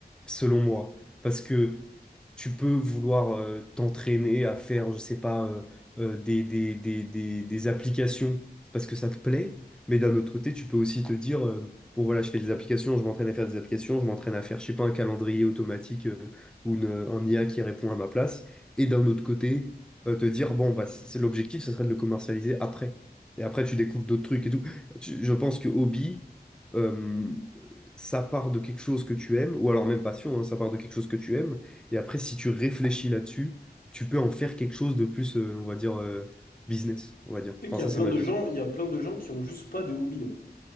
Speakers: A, in the centre; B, on the left.
A: selon moi. Parce que tu peux vouloir euh, t'entraîner à faire, je sais pas, euh, euh, des, des, des, des, des applications parce que ça te plaît, mais d'un autre côté, tu peux aussi te dire, euh, bon voilà, je fais des applications, je m'entraîne à faire des applications, je m'entraîne à faire, je sais pas, un calendrier automatique euh, ou une- un IA qui répond à ma place, et d'un autre côté, euh, te dire, bon, bah, c'est l'objectif, ce serait de le commercialiser après. Et après, tu découvres d'autres trucs et tout. Tu- je pense que Hobby euh, ça part de quelque chose que tu aimes, ou alors même passion, hein, ça part de quelque chose que tu aimes, et après, si tu réfléchis là-dessus, tu peux en faire quelque chose de plus, euh, on va dire, euh, business, on va dire.
B: Tu sais
A: Enfin,
B: qu'il
A: ça,
B: y a plein
A: c'est ma
B: de
A: vision.
B: gens, il y a plein de gens qui ont juste pas de hobby. hein.